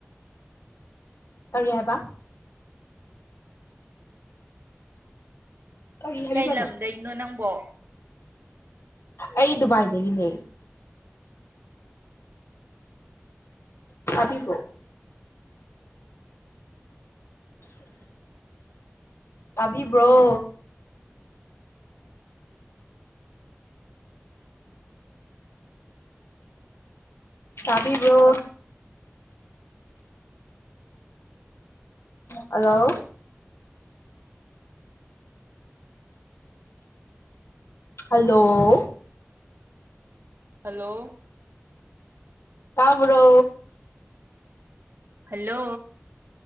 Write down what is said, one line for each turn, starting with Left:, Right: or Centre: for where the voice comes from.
Left: ꯀꯔꯤ ꯍꯥꯏ ꯍꯥꯏꯕ ꯀꯔꯤ ꯍꯥꯏꯕꯤꯕꯅꯣ
Right: ꯀꯩ ꯂꯝꯗꯅꯣ ꯅꯪꯕꯣ
Left: ꯑꯩ ꯗꯨꯕꯥꯏꯗꯒꯤꯅꯦ ꯊꯕꯤꯕ ꯇꯕꯤꯕ꯭ꯔꯣ
Right: <unintelligible> <inaudible>
Left: ꯇꯕꯤꯕ꯭ꯔꯣ ꯍꯜꯂꯣ ꯍꯜꯂꯣ
Right: ꯍꯂꯣ
Left: ꯇꯥꯕ꯭ꯔꯣ
Right: ꯍꯜꯂꯣ